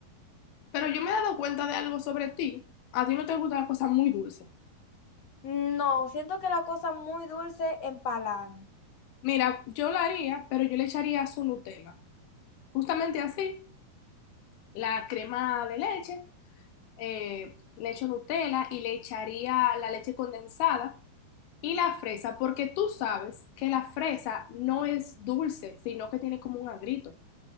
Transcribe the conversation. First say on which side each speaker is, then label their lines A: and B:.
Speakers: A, on the left; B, on the left.
A: pero yo me he dado cuenta de algo sobre ti. A ti no te gustan las cosas muy dulces.
B: No, siento que la cosa muy dulce empalagan.
A: Mira, yo la haría, pero yo le echaría su Nutella. Justamente así, la crema de leche, eh, le echo Nutella y le echaría la leche condensada y la fresa, porque tú sabes que la fresa no es dulce, sino que tiene como un agrito.